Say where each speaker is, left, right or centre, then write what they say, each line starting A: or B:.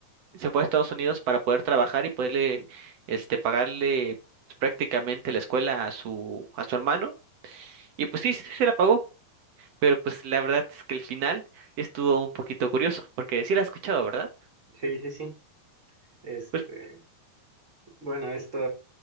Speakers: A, on the right; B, on the right.
A: se fue a Estados Unidos para poder trabajar y poderle, este, pagarle pues, prácticamente la escuela a su, a su hermano. Y pues sí, sí se la pagó, pero pues la verdad es que el final estuvo un poquito curioso, porque sí la has escuchado, ¿verdad?
B: Sí, sí, sí. Este,
A: Pues
B: bueno, esto